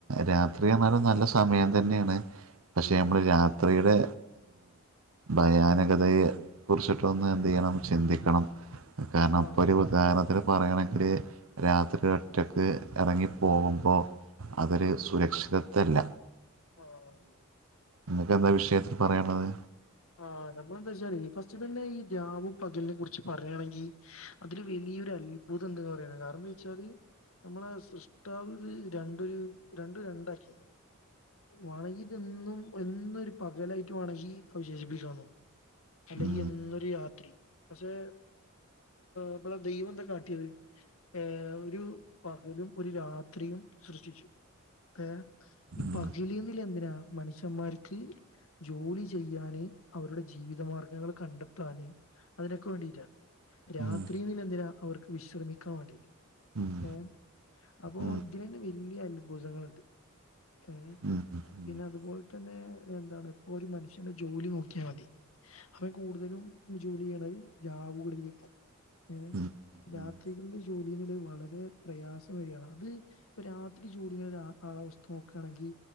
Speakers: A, on the right (about 80°); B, on the left (about 75°).
A: രാത്രി എന്നന്നാലും നല്ല സമയം തന്നെയാണ് പക്ഷെ
B: ഉം
A: നമ്മള് രാത്രിയുടെ ഭയാനകതയെ കുറിച്ചിട്ടൊന്ന് എന്ത് ചെയ്യണം ചിന്തിക്കണം കാരണം
B: ആഹ്
A: ഒരു ഉദാഹരണത്തിന് പറയണെങ്കില് രാത്രി ഒറ്റക്ക് ഇറങ്ങി പോകുമ്പോൾ അതൊരു സുരക്ഷിതത്വല്ല
B: ആണ്
A: നിങ്ങൾക്ക്ന്താ വിഷയം പറയാനുള്ളത്
B: ആഹ് നമ്മളെന്താ വെച്ചാ ഫസ്റ്റ് തന്നെ ഈ രാവു പകലിനെ കുറിച്ച് പറയുകയാണെങ്കിൽ അതില് വ വലിയ ഒരു അത്ഭുതമുണ്ട് എന്ന് പറയുന്നു കാരണം എന്താ വെച്ചാല് നമ്മളെ സൃഷ്ടാവത് രണ്ടരു രണ്ടു രണ്ടാക്കി വേണങ്കി ഇത് എന്നും എന്ന് ഒരു പകലായിട്ട് വേണമെങ്കി അവശേഷിപ്പിക്കാന്നു അല്ലെങ്കിൽ
A: ഉം
B: എന്നൊരു യാത്രി പക്ഷെ ഇപ്പള് ദൈവം എന്താ കാട്ടിയത് ഏഹ് ഒരു പകലും ഒരു രാത്രിയും സൃഷ്ടിച്ചു ഏഹ് ഈ
A: ഉം
B: പകലന്നില എന്തിനാ മനുഷ്യന്മാർക്ക് ജോലി ചെയ്യാന് അവരുടെ ജീവിതമാർഗങ്ങൾ കണ്ടെത്താന് അതിനൊക്കെ വേണ്ടിയിട്ടാണ് രാത്രി
A: ഉം
B: നിലെന്തിന അവർക്ക് വിശ്രമിക്കാൻ വേണ്ടിയിട്ട്
A: ഉം
B: ഹ് അപ്പോ
A: ഉം
B: ഇതിലെ തന്നെ വലിയ അൽഭുതങ്ങളുണ്ട് ഏഹ്
A: ഉം ഉം
B: പിന്നെ അതുപോലെ തന്നെ എന്താണ് ഇപ്പൊ ഒരു മനുഷ്യന്റെ ജോലി നോക്കിയാൽ മതി അവൻ കൂടുതലും ജോലി ചെയ്യണ രാവു കടഞ്ഞക്കാണ് ഏഹ്
A: ഉം ഉം
B: രാത്രികളിൽ ജോലികളിൽ വളരെ പ്രയാസം വഴിയാണ് അത് ഇപ്പ രാത്രി ജോലി ആ അവസ്ഥ ണെങ്കിൽ